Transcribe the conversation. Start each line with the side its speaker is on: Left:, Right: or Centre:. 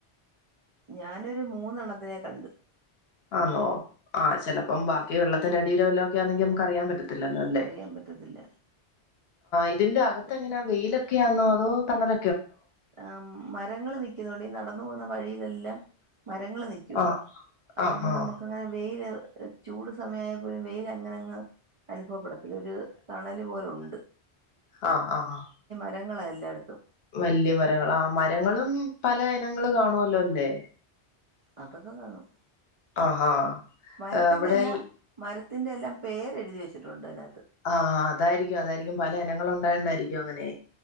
Right: ഞാനൊരു മൂന്നെണ്ണത്തിനെ കണ്ട്
Left: ആന്നോ ആ ചെലപ്പം ബാക്കി
Right: അതെ
Left: വെള്ളത്തിന്റെ അടീലും വല്ലോക്കെ ആണെങ്കി നമുക്ക് അറിയാൻ പറ്റ റ്റത്തില്ലല്ലോ അല്ലെ
Right: അറിയാൻ പറ്റത്തില്ല
Left: ഇതിന്റെ അകത്ത്ങ്ങനെ
Right: അതെ
Left: വെയിലൊക്കെ ക്ക്യ ന്നോ അതോ തണൽ
Right: ആ മരങ്ങള് നിക്കുന്നോണ്ട് ഈ നടന്നു പോകുന്ന വഴിയിലെല്ലാം മരങ്ങള് നിക്കുവാ
Left: ആഹ്
Right: അതുകൊണ്ട്
Left: ആഹ് ആഹ്
Right: നമുക്ക്ങ്ങനെ വെയില് ചൂട് സമയമായ പോലും വെയില അങ്ങനെങ്ങ് അനുഭവപ്പെടത്തില്ല ഒരു തണല് പോല ഉണ്ട്
Left: ആ ആ ആ
Right: തെങ്ങ്ങള എല്ലായിടത്തും
Left: വല്യ മരങ്ങളാ ആ മരങ്ങളും പല ഇനങ്ങൾ കാണുവല്ലോ ല്ലേ
Right: അതൊക്കെ കാണും
Left: ആഹാ
Right: മരത്തിന്റെ
Left: അവിടെ
Right: എല്ലാം മരത്തിന്റെ എല്ലാം പേരെഴുതി വെച്ചിട്ടുണ്ട് അതിനകത്ത്
Left: ആ അതായിരിക്കും അതായിരിക്കും പല ഇനങ്ങളുണ്ടായോണ്ടായിരിക്കും അങ്ങനെ